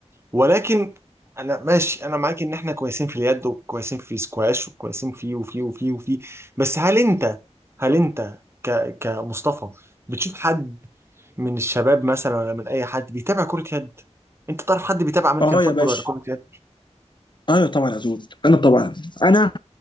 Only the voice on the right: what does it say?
ولكن انا ماشي انا معاك ان احنا كويسين في اليد وكويسين في السكواش وكويسين في وفي وفي وفي بس هل انت هل انت ك كمصطفى بتشوف حد من الشباب مثلا ولا من اي حد بيتابع كرة يد انت تعرف حد بيتابع امريكان
فوتبول
ولا كرة يد